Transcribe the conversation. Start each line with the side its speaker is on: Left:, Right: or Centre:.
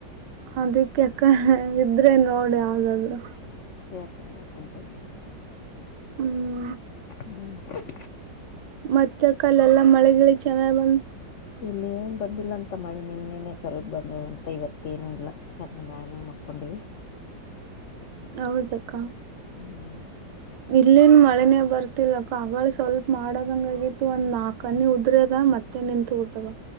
Right: ಅದಕ್ಕೆಅಕ್ಕಾ ಇದ್ರೆ ನೋಡ್ ಯಾವದಾದ್ರು.
Left: ಹೇಳ್ತೀ <unintelligible> ನಿ ಯತ್ತೀಿಂತು
Right: ಹ್ಮ್,
Left: ಹೂ <inaudible>
Right: ಮತ್ತೆ ಅಕ್ಕಾ ಅಲ್ಲೆಲ್ಲಾ ಮಳೆ -ಗಿಳಿಚೆನ್ನಾಗ್ ಬಂದ
Left: ಇಲ್ಲ ಏನ್ ಬಂದಿಲ್ಲ ಅಂತ ಮಾಳಿನಿನ್ನೆನೆ ಸ್ವಲ್ಪ ಬಂದ ಅಂತ ಇವತ್ತೇಏನು ಇಲ್ಲಾ. ಸದ್ದಾ ಮ್ಯಾಳಿಗಿ ಮ್ಯಾಗ ಮಕ್ಕೊಂಡಿವಿ.
Right: ಹೌದಕ್ಕಾ
Left: ಹ್ಮ್,
Right: ಇಲ್ಲೇನ್ ಮಳೆನೇ ಬರ್ತಿಲ್ಲಕ್ಕಾಅಗಳೆಸ್ವಲ್ಪ ಮಾಡಾದಂಗ ಆಗಿತ್ತು ಒಂದ್ ನಾಲ್ಕನಿ ಉದ್ರ ಅದ ಮತ್ತ. ಮತ್ತೆ ನಿಂತು ಬಿಟ್ಟಾದ.